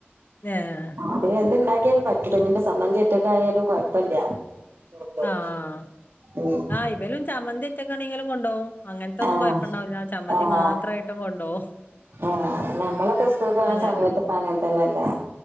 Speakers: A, on the left; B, on the right.
A: ഏഹ്
B: അത് എന്തുണ്ടാക്കിയാലും പറ്റൂട്ട ഇനിയിപ്പ സമ്മന്തി ഒറ്റക്കയാലും കൊഴപ്പില്ല കൂട്ടും
A: ആഹ്
B: ഉം
A: ആ ഇവലും ചമന്തിയൊറ്റക്കാണെങ്കിലും കൊണ്ടോവും അങ്ങനത്തെന്നും
B: ആഹ്
A: കുഴപ്പണ്ടാവില്ല ചമ്മന്തി
B: ആഹ്
A: മാത്രായിട്ടും കൊണ്ടോവും
B: ആഹ് നമ്മളൊക്കെ സ്കൂൾകോണ
A: അങ്ങനെ
B: സമയത്ത് ഇപ്പ അങ്ങനെതന്നെല്ലേ